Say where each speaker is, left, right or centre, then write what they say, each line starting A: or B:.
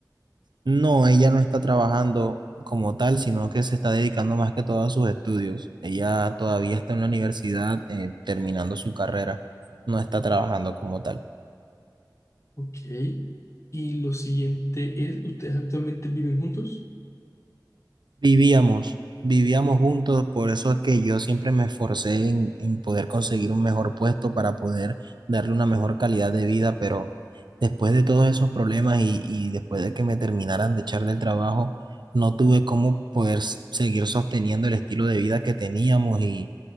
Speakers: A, on the right; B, on the left.
A: No, ella no está trabajando como tal, sino que se está dedicando más que todo a sus estudios. Ella todavía está en la universidad, eh, terminando su carrera. No está trabajando como tal.
B: Ok. Y lo siguiente es, ¿ustedes actualmente viven juntos?
A: Vivíamos, vivíamos juntos, por eso es que yo siempre me esforcé en, en poder conseguir un mejor puesto para poder darle una mejor calidad de vida, pero después de todos esos problemas y, y después de que me terminaran de echar del trabajo, no tuve cómo poder s- seguir sosteniendo el estilo de vida que teníamos y